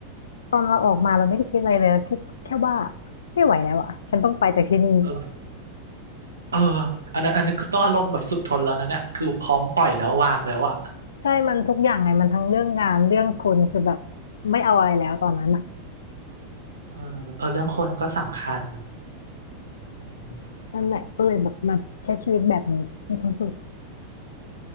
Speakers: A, on the left; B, on the right.
A: ตอนเราออกมาเราไม่ได้คิดอะไรเลยเราคิดแค่ว่าไม่ไหวแล้วอ่ะฉันต้องไปจากที่นี่
B: เออเอออันนั้นอันนี้คือต้องอารมณ์แบบสุดทนแล้วนะเนี่ยคือพร้อมปล่อยแล้ววางแล้วอ่ะ
A: ใช่มันทุกอย่างไงมันทั้งเรื่องงานเรื่องคนคือแบบไม่เอาอะไรแล้วตอนนั้นอ่ะ
B: เออเออเรื่องคนก็สำคัญอืม
A: นั่นแหละก็เลยแบบมาใช้ชีวิตแบบนี้มีความสุข